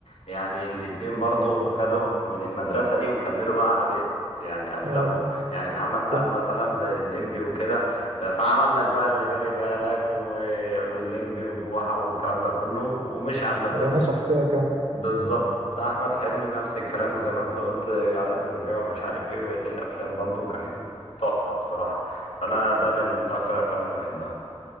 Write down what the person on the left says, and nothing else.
يعني الاتنين برضو خدوا من المدرسة دي وكملوا بقى على بقية يعني أفلامهم
يعني محمد سعد
مثلا زي الليمبي وكده فعمل لك بقى اللي بالي بالك و- والليمبي وبوحة والكلام ده كله ومشي على المدرسة
دي
بالظبط أحمد حلمي نفس الكلام وزي ما أنت قلت عادات مجرمة مش عارف إيه وبقية الأفلام برضو كانت تحفة بصراحة فأنا ده من أكتر الأفلام اللي بحبها